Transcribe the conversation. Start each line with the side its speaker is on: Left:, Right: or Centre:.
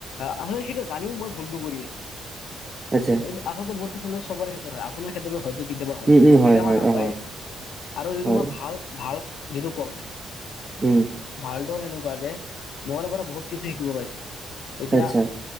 Left: আচলতে সেইটো জানিও মই ভুলতটো কৰি আছো
Right: আচ্ছা
Left: <unintelligible> আচলতে মোৰ ক্ষেত্ৰত নহয় সবাৰ ক্ষেত্ৰত হয় আপোনাৰ ক্ষেত্ৰতো হয়তো কেতিয়াবা হয়
Right: উম উম
Left: কেতিয়াবা
Right: হয়
Left: না
Right: অ
Left: হয়য়েই আৰু যিটো
Right: হয়
Left: মই ভাল ভাল যিটো কম
Right: উম
Left: ভাল এনেকুৱা যে মবাইলৰ পৰা বহুত কিছু শিকিব পাইছো এতিয়া
Right: আচ্ছা